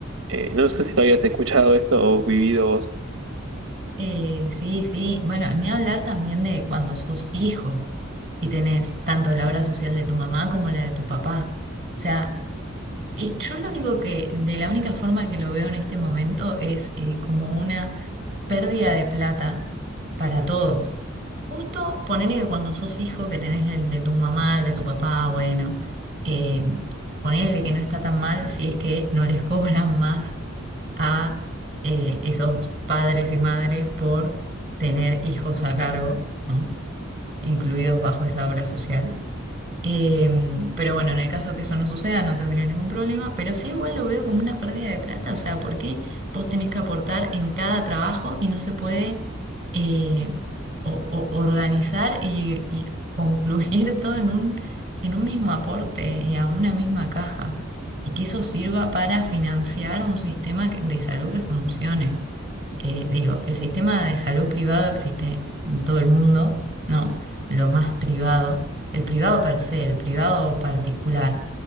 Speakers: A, on the right; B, on the right.
A: eh, no sé si lo habías escuchado esto o vivido vos.
B: Eh, sí, sí. Bueno, ni hablar también de cuando sos hijo y tenés tanto la obra social de tu mamá como la de tu papá. O sea, y yo lo único que, de la única forma que lo veo en este momento es eh, como una pérdida de plata para todos. Justo ponele que cuando sos hijo que tenés el de tu mamá, el de tu papá, bueno, eh, ponele que no está tan mal si es que no les <laughs> cobran más a eh, esos padres y madres por tener hijos a cargo, ¿no? Incluidos bajo esa obra social. Eh, pero bueno, en el caso que eso no suceda, no tendría ningún problema, pero sí igual lo veo como una pérdida de plata, o sea, ¿por qué vos tenés que aportar en cada trabajo y no se puede eh, o- o- organizar y, y concluir <laughs> todo en un, en un mismo aporte y a una misma caja? Y que eso sirva para financiar un sistema que- de salud que funcione eh, digo, el sistema de salud privado existe en todo el mundo, ¿no? Lo más privado, el privado per se, el privado particular.